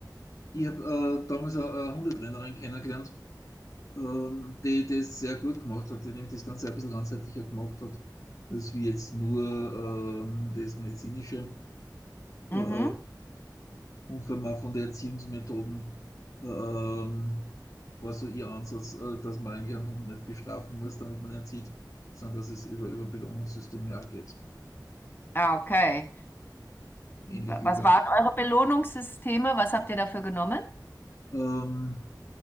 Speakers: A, on the left; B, on the left.
A: Ich habe äh, damals eine, eine Hundetrainerin kennengelernt, ähm, die das sehr gut gemacht hat, die nämlich das Ganze ein bisschen ganzheitlicher gemacht hat, als wie jetzt nur ähm, das medizinische
B: Mhm.
A: äh, und von der Erziehungsmethoden ähm, war so ihr Ansatz, äh, dass man eigentlich einen Hund nicht bestrafen muss, damit man ihn erzieht, sondern dass es über, über Belohnungssysteme auch geht.
B: Ah, okay.
A: Ähnlich
B: Wa-
A: wie
B: Was
A: bei
B: waren eure Belohnungssysteme? Was habt ihr dafür genommen?
A: ähm,